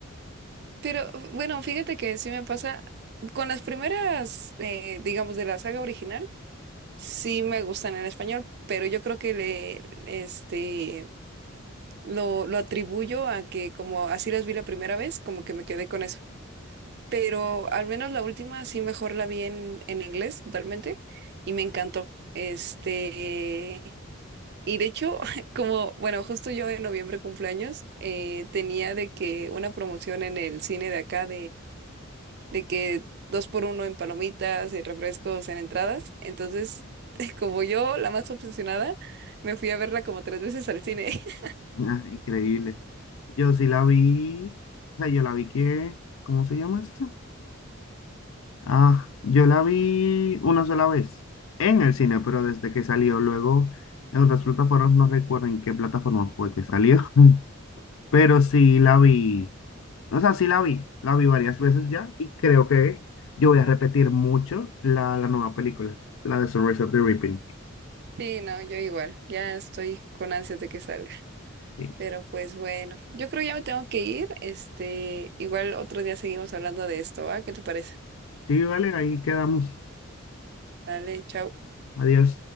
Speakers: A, on the right; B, on the left.
A: Pero bueno, fíjate que sí me pasa con las primeras, eh, digamos, de la saga original, sí me gustan en español, pero yo creo que le, este, lo, lo atribuyo a que como así las vi la primera vez, como que me quedé con eso. Pero al menos la última sí mejor la vi en, en inglés totalmente y me encantó. Este, y de hecho, <laughs> como, bueno, justo yo en noviembre cumpleaños, eh, tenía de que una promoción en el cine de acá de que dos por uno en palomitas y refrescos en entradas. Entonces, <laughs> como yo, la más obsesionada, me fui a verla como tres veces al cine. <laughs>
B: Ah, increíble. Yo sí la vi, o sea, yo la vi que, ¿cómo se llama esto? Ah, yo la vi una sola vez en el cine, pero desde que salió, luego en otras plataformas, no recuerdo en qué plataforma fue que salió, <laughs> pero sí la vi, o sea, sí la vi, la vi varias veces ya y creo que yo voy a repetir mucho la, la nueva película, la de Sunrise of the Reaping.
A: Sí, no, yo igual, ya estoy con ansias de que salga.
B: Sí,
A: Pero pues bueno, yo creo ya me tengo que ir. Este, igual otro día seguimos hablando de esto, ¿va? ¿Qué te parece?
B: sí, vale, ahí quedamos.
A: Dale, chao.
B: Adiós.